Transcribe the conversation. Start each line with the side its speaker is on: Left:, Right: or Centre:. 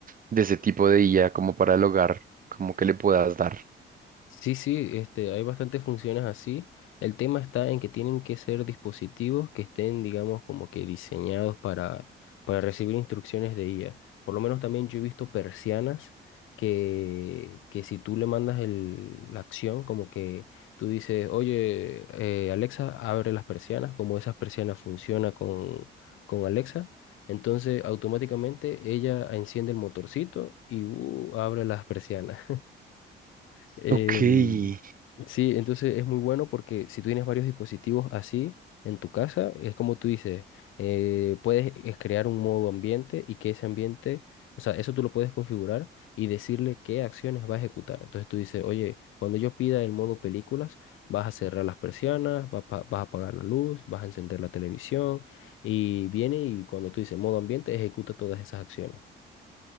Right: de ese tipo de IA, como para el hogar, como que le puedas dar?
Left: Sí, sí, este, hay bastantes funciones así. El tema está en que tienen que ser dispositivos que estén, digamos, como que diseñados para, para recibir instrucciones de IA. Por lo menos también yo he visto persianas que, que si tú le mandas el, la acción, como que tú dices, oye, eh, Alexa, abre las persianas, como esas persianas funcionan con, con Alexa. Entonces, automáticamente ella enciende el motorcito y uh, abre las persianas. Em,
Right: Ok.
Left: sí, entonces es muy bueno porque si tú tienes varios dispositivos así en tu casa, es como tú dices, eh, puedes es crear un modo ambiente y que ese ambiente, o sea, eso tú lo puedes configurar y decirle qué acciones va a ejecutar. Entonces tú dices, oye, cuando yo pida el modo películas, vas a cerrar las persianas, vas, pa- vas a apagar la luz, vas a encender la televisión y viene y cuando tú dices modo ambiente, ejecuta todas esas acciones.